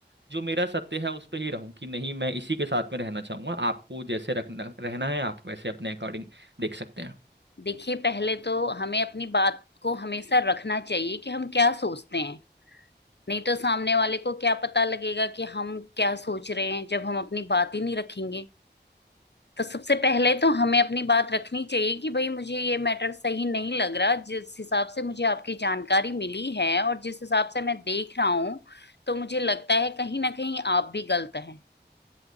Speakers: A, on the right; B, on the left.
A: जो मेरा सत्य है उस पे ही रहूं कि नहीं मैं इसी के साथ में रहना चाहूंगा आपको जैसे रखना रहना है आप वैसे अपने अकॉर्डिंग देख सकते हैं
B: देखिए पहले तो हमें अपनी बात को हमेशा रखना चाहिए कि हम क्या सोचते हैं नहीं तो सामने वाले को क्या पता लगेगा कि हम क्या सोच रहे हैं जब हम अपनी बात ही नहीं रखेंगे तो सबसे पहले तो हमें अपनी बात रखनी चाहिए कि भाई मुझे ये मैटर सही नहीं लग रहा जिस हिसाब से मुझे आपकी जानकारी मिली है और जिस हिसाब से मैं देख रहा हूँ तो मुझे लगता है कहीं ना कहीं आप भी गलत हैं